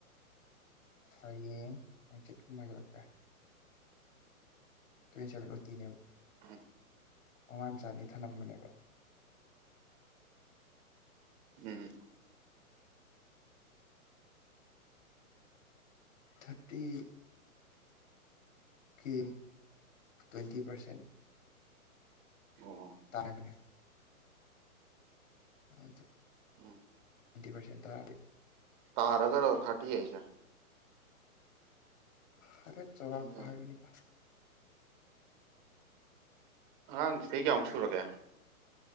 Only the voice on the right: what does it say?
ꯍ
ꯎꯝ
ꯑꯣ
ꯎꯝ
ꯇꯔ ꯑꯒꯔ ꯊꯥꯇꯤ ꯌꯥꯏꯁ
ꯎꯝ
ꯑꯉꯥꯡꯁꯤꯗꯒꯤ ꯀꯌꯥꯃꯨꯛ ꯁꯨꯔꯒꯦ